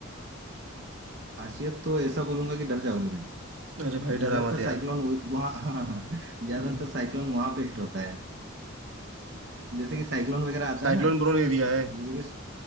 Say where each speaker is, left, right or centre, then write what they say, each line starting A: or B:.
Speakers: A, on the right (about 50°); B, on the right (about 75°).
A: खासियत तो ऐसा बोलूंगा कि डर जाओगे भाई
B: अरे भाई
A: ज्यादातर
B: डरा मत यार
A: साइक्लोन वहाँ <laughs> ज्यादातर
B: <laughs>
A: साइक्लोन वहां पे हिट होता है जैसे कि साइक्लोन वगैरह आता
B: साइक्लोन
A: है ना
B: प्रोन एरिया है
A: जैसे कि